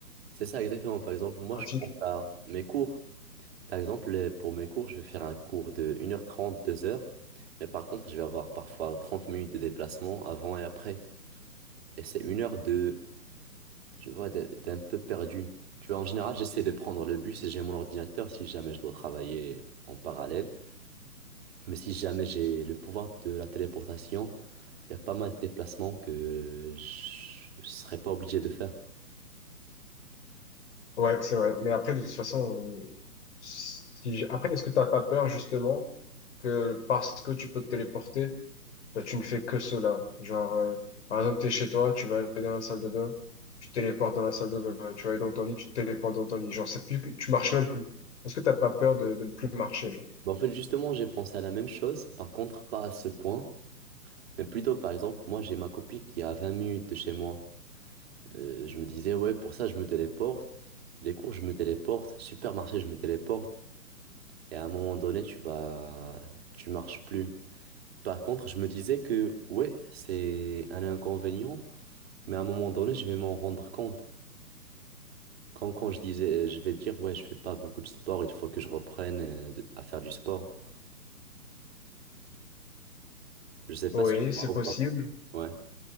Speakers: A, on the right; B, on the left.
A: C'est ça exactement. Par exemple, moi,
B: Pratique.
A: je pense à mes cours. Par exemple, euh, pour mes cours, je vais faire un cours de une heure trente deux heures Mais par contre, je vais avoir parfois 30 minutes de déplacement avant et après. Et c'est une heure de, tu vois, de- d'un peu perdu. Tu vois, en général, j'essaie de prendre le bus et j'ai mon ordinateur si jamais je dois travailler en parallèle. Mais si jamais j'ai le pouvoir de la téléportation, il y a pas mal de déplacements que je ne serais pas obligé de faire.
B: Ouais, c'est vrai. Mais après, de toute façon, euh, si, j- après, est-ce que t'as pas peur justement que parce que tu peux te téléporter, Là, tu ne fais que cela. Genre, euh, par exemple, tu es chez toi, tu vas aller dans la salle de bain, tu te téléportes dans la salle de bain, tu vas aller dans ton lit, tu te téléportes dans ton lit. Genre, c'est plus, que- tu marches même plus. Est-ce que t'as pas peur de, de ne plus marcher, genre?
A: Bah, en fait, justement, j'ai pensé à la même chose, par contre, pas à ce point, mais plutôt, par exemple, moi, j'ai ma copine qui est à 20 minutes de chez moi. Euh, je me disais, ouais, pour ça, je me téléporte, les cours, je me téléporte, supermarché, je me téléporte, et à un moment donné, tu vas... tu marches plus. Par contre, je me disais que, ouais, c'est un inconvénient, mais à un moment donné, je vais m'en rendre compte. Quand, quand je disais, je vais dire, ouais, je fais pas beaucoup de sport, il faut que je reprenne euh, de- à faire du sport. Je sais pas
B: Oui,
A: si tu vois
B: c'est possible.
A: ou pas. Ouais.